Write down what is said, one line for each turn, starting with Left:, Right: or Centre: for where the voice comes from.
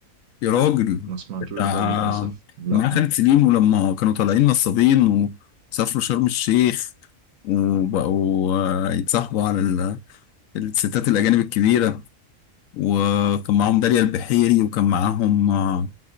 Left: يا راجل
Right: ما سمعتوش
Left: بتاع
Right: ده للاسف لا
Left: مع خالد سليم ولما كانوا طالعين نصابين وسافروا شرم الشيخ وبقوا آه، يتصاحبوا على ال- الستات الأجانب الكبيرة وكان معاهم داليا البحيري وكان معاهم آه،